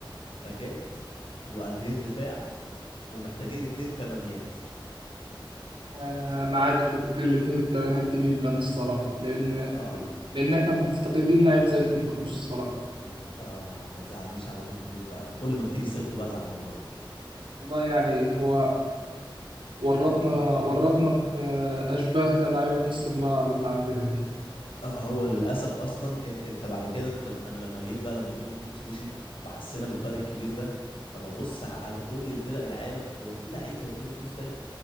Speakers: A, on the left; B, on the right.
A: باكات وقلبين دفاع ومحتاجين اتنين تمانيات
B: آه، معاك في الاتنين التمانيات دي جدا الصراحة لأن
A: اه
B: لأن احنا مفتقدين لعيب زي توني كروس الصراحة
A: ال- اه ما تزعلنيش على توني كروز بقى انا كل ما بتيجي سيرته بزعل والله
B: والله يعني هو ورطنا ورطنا في آه، أشباه لعيبة نص الملعب اللي عندنا دي
A: آه هو للاسف اصلا انت انت بعد كده انت لم انا لما جيت بقى لما توني كروز مشي وحسينا بالفرق الكبير ده طب ابص على كل الفرق العالم هو في لعيب زي توني كروز تاني